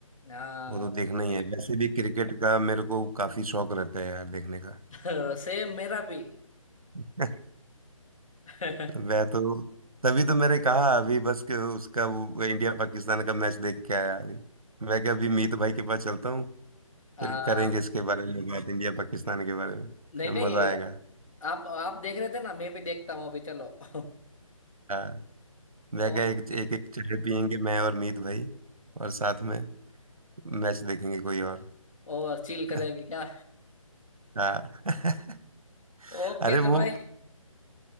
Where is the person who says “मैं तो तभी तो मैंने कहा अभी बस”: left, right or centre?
Right